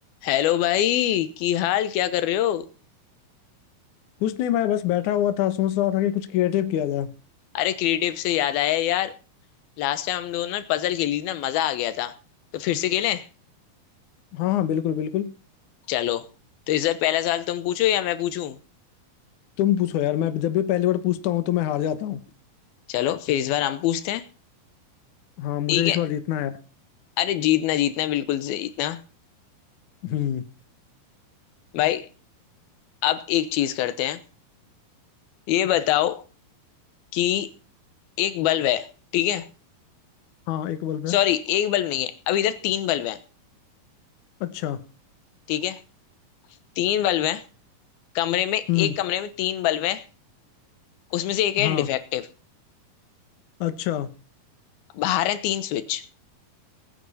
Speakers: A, on the left; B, on the left.
A: हेलो भाई की हाल क्या कर रहे हो
B: कुछ नहीं भाई बस बैठा हुआ था सोच रहा था कि कुछ क्रिएटिव किया जाए
A: अरे क्रिएटिव से याद आया यार लास्ट टाइम हम दोनों ने पजल खेली ना मजा आ गया था तो फिर से खेलें
B: हाँ हाँ बिल्कुल बिल्कुल
A: चलो तो इस बार पहला सवाल तुम पूछो या मैं पूछूं
B: तुम पूछो यार मैं जब भी पहली बार पूछता हूँ तो मैं हार जाता हूँ
A: चलो फिर इस बार हम पूछते हैं
B: हाँ मुझे
A: ठीक है
B: इस बार जीतना है यार।
A: अरे जीतना जीतना बिल्कुल से जीतना
B: हम्म
A: भाई अब एक चीज करते हैं ये बताओ कि एक बल्ब है ठीक है
B: हाँ एक बल्ब है
A: सॉरी एक बल्ब नहीं है अब इधर तीन बल्ब है
B: अच्छा
A: ठीक है तीन बल्ब है कमरे में एक
B: हम्म
A: कमरे में तीन बल्ब है उसमें से एक है
B: हाँ
A: डिफेक्टिव
B: अच्छा
A: बाहर है तीन स्विच